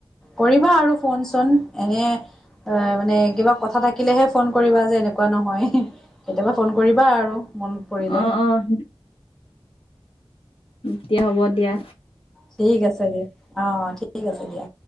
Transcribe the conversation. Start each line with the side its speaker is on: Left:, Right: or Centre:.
Centre: কৰিবা আৰু ফোন চোন এনে। অ, মানে কিবা কথা থাকিলেহে ফোন কৰিবা যে এনেকুৱা নহয়। কেতিয়াবা ফোন কৰিবা আৰু মনত পৰিলে।
Left: অ অ', এতিয়া হ'ব দিয়া।
Centre: ঠিক আছে দিয়া অঁ, ঠিক আছে দিয়া।